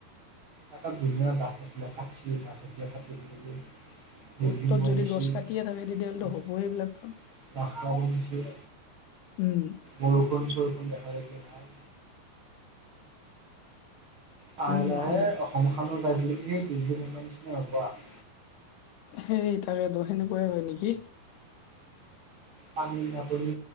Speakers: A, on the right; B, on the left.
A: গোটেই দুনিয়াৰ গাছ চাছবিলাক কাটিচি গাছ আ কাটি মেলি বিল্ডিং
B: অ'ত ত'ত
A: বনাইছি।
B: যদি গছ কাটিয়ে থাকে তেতিয়াহ'লেতো হ'ব
A: ৰাস্তা
B: এইবিলাক কাম
A: বনিছে
B: উম
A: বৰষুণ চৰষুণ দেখা দেখি নাই লাহে
B: উম
A: লাহে
B: উম
A: অসমখনো যাই কিনে সেই দিল্লী মুম্বাইৰ নিচিনা হ'ব আৰু
B: সেই তাকেতো সেনেকুৱাই হয় নেকি
A: পানীৰ নাটনি